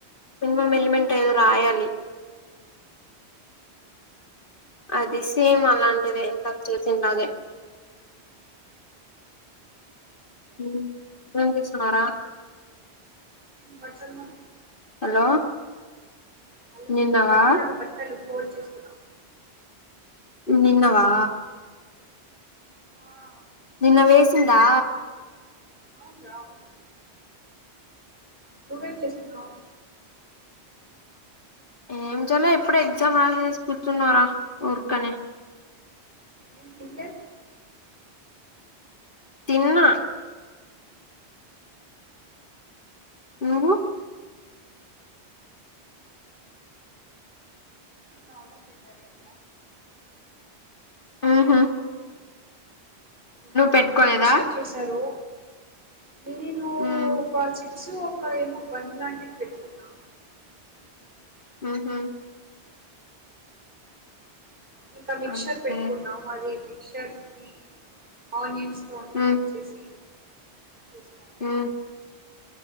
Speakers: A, on the left; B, on the right.
A: మినిమం ఎలిమెంట్ ఏదో రాయాలి అది సేమ్ అలాంటిదే ఇందక చేసి లాగే ఉ ఏం చేస్తున్నావ్ రా
B: వర్చుల్ ము
A: హలో
B: హలో
A: నిన్నవా
B: బట్టలు బట్టలు ఫోడ్ చేస్తున్నావు
A: విన్నవా
B: ఆ
A: నిన్న వేసిందా
B: అవురు అవును నువ్వేం చేస్తున్నావు
A: ఏం చేయలే ఇప్పుడ ఎగ్జామ్ రాసేసి కూర్చున్నారా ఊర్కనే
B: ఏం తీనలే
A: తిన్న నువ్వు
B: నార్మల్ పీటర్ రింగ్ లే
A: ఎటాక్
B: లాలి
A: పెట్టుకోలేదా
B: మిక్చర్ చేశారు నేను
A: ఉమ్
B: కొన్ని చిప్స్ కొయి బంన్ లాంటివి పెట్టుకున్నా
A: ఉహ
B: ఇంకా మిక్చర్
A: అంతే
B: పెట్టుకున్నాము అదిమి చెట్ని ఆనియన్స్ తో అంతా
A: ఉమ్
B: కట్ చేసి చేసుకోను
A: ఉ